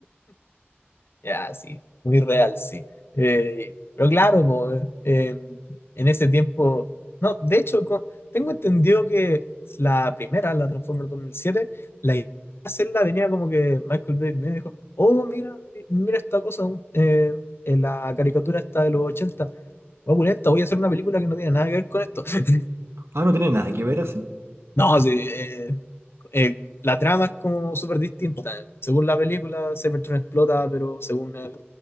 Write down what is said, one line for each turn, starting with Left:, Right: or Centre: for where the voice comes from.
Left: Ya, sí, muy real, sí. Eh, pero claro, po, eh, em, en ese tiempo, no, de hecho, co- tengo entendido que la primera, la Transformers 2007, la idea de hacerla venía como que Michael Bay me dijo, oh, mira, mi- mira esta cosa, un- eh, en la caricatura esta de los 80 voy a voy a hacer una película que no tiene nada que ver con esto. <laughs>
Right: Ah, no tiene nada que ver así.
Left: No, sí, eh, eh, la trama es como súper distinta. Según la película, Cybertron explota, pero según el-